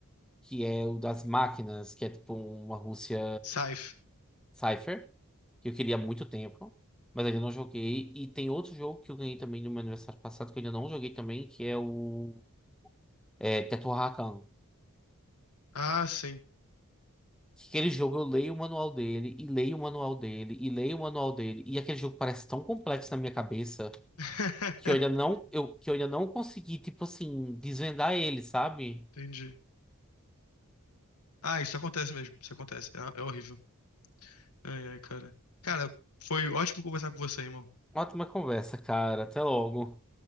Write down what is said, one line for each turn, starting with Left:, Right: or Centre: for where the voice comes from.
Centre: que é o das máquinas, que é tipo uma Rússia
Left: Scythe.
Centre: Cypher. que eu queria há muito tempo, mas ainda não joguei. E tem outro jogo que eu ganhei também no meu aniversário passado, que eu ainda não joguei também, que é o é, Teto Rakan.
Left: Ah, sim.
Centre: Que Aquele jogo eu leio o manual dele, e leio o manual dele, e leio o manual dele, e aquele jogo parece tão complexo na minha cabeça
Left: <laughs>
Centre: que eu ainda não, eu, que eu ainda não consegui, tipo assim, desvendar ele, sabe?
Left: Entendi. Ah, isso acontece mesmo, isso acontece. É, é horrível. Ai, ai, cara. Cara, foi ótimo conversar com você, irmão.
Centre: Ótima conversa, cara. Até logo.